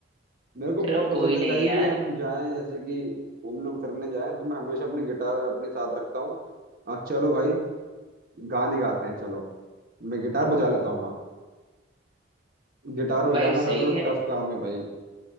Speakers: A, on the right; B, on the right.
A: मेरे को
B: चलो
A: बहुत पसंद
B: कोई नहीं
A: है कहीं
B: यार
A: भी हम जाएं जैसे कि घूमने फिरने जाएं तो मैं हमेशा अपनी गिटार अपने साथ रखता हूँ और चलो भाई गाने गाते हैं चलो मैं गिटार बजा लेता हूँ हाँ गिटार बजाना
B: भाई सही
A: सबसे
B: है
A: टफ काम है भाई